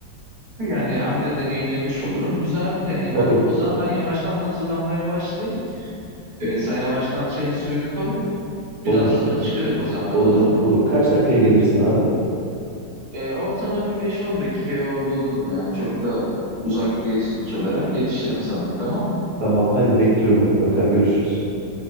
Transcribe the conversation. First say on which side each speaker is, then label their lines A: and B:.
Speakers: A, on the right; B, on the right.
A: Yani hem de deneyimlemiş olurum. Güzel bir deneyim
B: Tabii.
A: olur. O zaman ben yavaştan hazırlanmaya başlayayım. Ee, sen yavaştan çayın suyunu koy.
B: Olur,
A: Biraz sonra çıkıyorum o zaman
B: olur,
A: ben olur mu?
B: olur. Kaç dakikaya gelirsin abi?
A: E, ortama bir beş on dakikaya orada olurum ya. Çok da uzak değil sonuç olarak. Yetişirim sana. Tamam.
B: Tamam, hadi bekliyorum mutlaka. Görüşürüz.